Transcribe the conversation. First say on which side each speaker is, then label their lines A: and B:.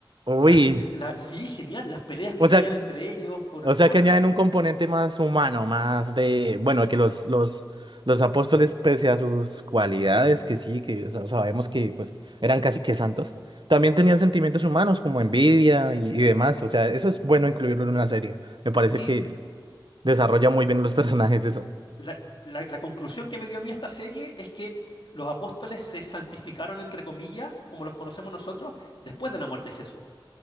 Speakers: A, on the right; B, on the left.
A: Uy,
B: Las, la- sí, genial, las peleas que
A: o
B: tenían
A: sea,
B: entre ellos por,
A: o
B: por...
A: sea que añaden un componente más humano, más de, bueno, que los, los, los apóstoles, pese a sus cualidades, que sí, que sa- sabemos que pues eran casi que santos, también tenían sentimientos humanos como envidia y, y demás. O sea, eso es bueno incluirlo en una serie. Me parece
B: Y
A: que desarrolla muy bien los personajes eso.
B: la, la- la conclusión que me dio a mí esta serie es que los apóstoles se santificaron, entre comillas, como los conocemos nosotros, después de la muerte de Jesús.